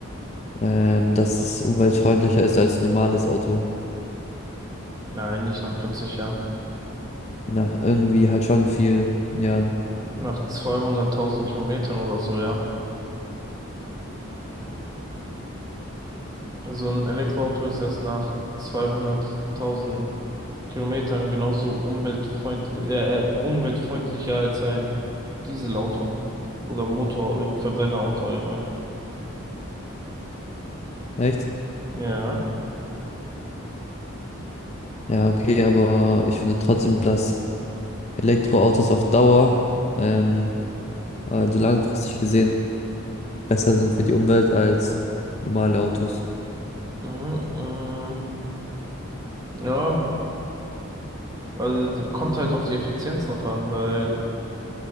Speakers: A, on the left; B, on the right.
A: ähm, dass es umweltfreundlicher ist als ein normales Auto.
B: Nein, nicht nach 40 Jahren.
A: Nach irgendwie halt schon vielen Jahren.
B: Nach 200.000 Kilometern oder so, ja. Also ein Elektroauto ist erst nach 200.000 Kilometern genauso umweltfreundlich, äh, äh, umweltfreundlicher als ein Dieselauto oder Motor, äh, Verbrennerauto allgemein.
A: Echt?
B: Ja.
A: Ja, okay, aber ich finde trotzdem, dass Elektroautos auf Dauer, ähm, also langfristig gesehen, besser sind für die Umwelt als normale Autos.
B: Mhm, mh. Ja, also d- kommt halt auf die Effizienz drauf an, weil